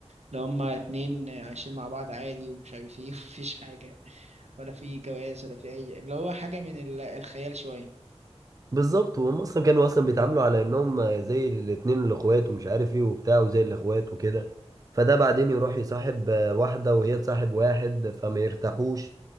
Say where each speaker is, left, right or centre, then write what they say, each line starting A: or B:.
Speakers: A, on the right (about 75°); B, on the right (about 30°).
A: لو هما اتنين عايشين مع بعض عادي ومش عارف ايه <laughs> ومفيش حاجة ولا في جواز ولا في اي اللي هو حاجة من ال- الخيال شوية
B: بالظبط وهم اصلا كانوا اصلا بيتعاملوا على انهم زي الاتنين الاخوات ومش عارف ايه وبتاع وزي الاخوات وكده فده بعدين يروح يصاحب آه، واحده وهي تصاحب واحد فما يرتاحوش